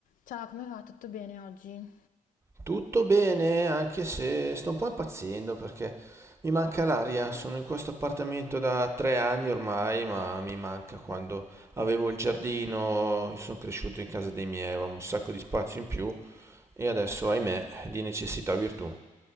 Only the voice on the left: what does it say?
Ciao, come va? Tutto bene oggi?